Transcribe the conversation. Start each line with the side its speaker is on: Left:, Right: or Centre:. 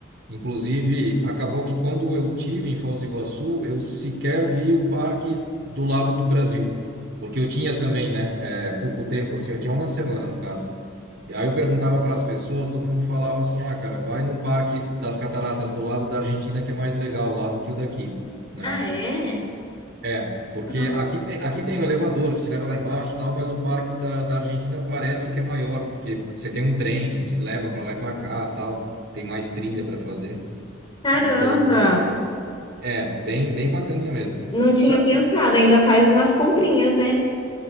Right: Inclusive, acabou que quando eu tive em Foz do Iguaçu, eu sequer vi o parque do lado do Brasil, porque eu tinha também, né? é, pouco tempo, assim, eu tinha uma semana no caso. E aí eu perguntava para as pessoas, todo mundo falava assim: ah, cara, vai no Parque das Cataratas do lado da Argentina, que é mais legal lá do que o daqui, né?
Left: Ah, é?
Right: É, porque
Left: Não.
Right: aqui tem, aqui tem um elevador que te leva lá embaixo e tal, mas o Parque da, da Argentina parece que é maior, porque você tem um trem que te leva para lá e para cá, tal, tem mais trilha para fazer.
Left: Caramba,
Right: Então, é, bem, bem bacaninha mesmo.
Left: não tinha
Right: Só-
Left: pensado. Ainda faz umas comprinhas, né?